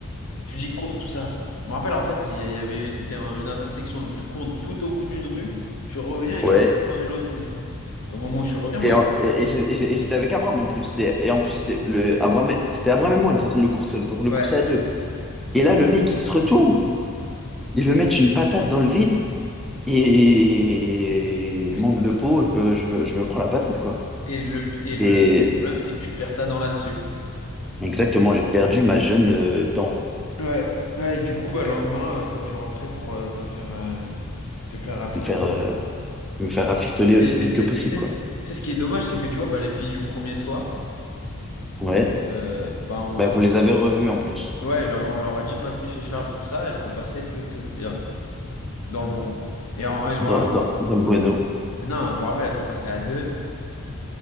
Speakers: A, on the left (about 85°); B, in the centre.
A: Tu dis cours, tout ça. Je me rappelle, en fait, c'est- il y avait, c'était un- une intersection. Donc, tu cours tout au bout d'une rue, tu reviens et
B: Ouais,
A: tu reviens dans une autre rue. Et au moment où tu reviens, moi,
B: Et,
A: je
B: en- et-
A: te
B: et j'ai- et j'ai- et j'étais avec Abraham en plus. C'est- Et en plus, c'est le Abraham, et- c'était Abraham et moi, on était en train de le courser, on était en train de
A: Ouais.
B: le courser à deux. Et là, le mec, il se retourne, il veut mettre une patate dans le vide. Et
A: Une
B: manque
A: patate.
B: de peau, je me, je me- je me prends la patate, quoi.
A: Et le, et le
B: Et
A: problème, c'est que tu perds ta dent là-dessus.
B: exactement, j'ai perdu ma jeune euh, dent.
A: Ouais. Ouais, et du coup, bah, le lendemain, tu t'as dû rentrer pour euh, te faire, euh, te faire rafistoler.
B: Me faire, euh, me faire rafistoler
A: Et
B: aussi
A: et
B: vite
A: tu
B: que
A: sais,
B: possible,
A: et tu sais-
B: quoi.
A: tu sais ce qui est dommage, c'est que tu vois, bah, les filles du premier soir,
B: Ouais.
A: euh, bah, on,
B: Bah,
A: euh,
B: vous les avez revus en plus,
A: ouais, je leur- on leur a dit passer chez Charles, tout ça, elles sont passées, truc, tout, bien, dans le bon. Et, en- et je me
B: dans,
A: rappelle,
B: dans, dans le Bueno.
A: Non, je me rappelle, elles sont passées à deux.